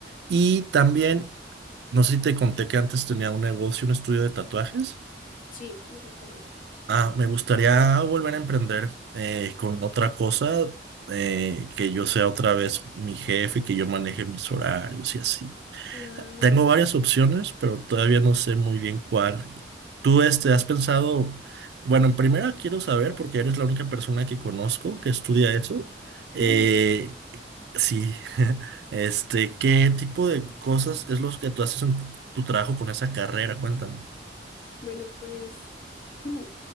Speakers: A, on the right (about 70°); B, on the left (about 50°).
A: Y también, no sé si te conté que antes tenía un negocio, un estudio de tatuajes.
B: Sí, me recuerdo.
A: Ah, me gustaría volver a emprender eh, con otra cosa, eh, que yo sea otra vez mi jefe, que yo maneje mis horarios y así.
B: Claro.
A: Tengo varias opciones, pero todavía no sé muy bien cuál. ¿Tú este has pensado? Bueno, en primera quiero saber, porque eres la única persona que conozco que estudia eso. eh,
B: Ujú.
A: sí, <laughs> este, ¿qué tipo de cosas es lo que tú haces en tu tu trabajo con esa carrera? Cuéntame.
B: Bueno, pues ujú,